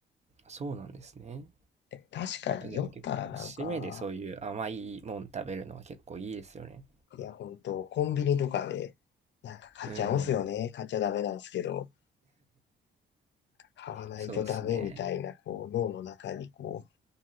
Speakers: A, on the right; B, on the left.
A: そうなんですね。
B: でも確かに酔ったらなんか、
A: あでも結構、締めでそういう甘いもん食べるのは結構いいですよね。
B: いや、本当コンビニとかで、なんか買っちゃうんすよね。
A: うん。
B: 買っちゃダメなんですけど、買わないとダメみたいな、
A: そうですね。
B: こう、脳の中にこう、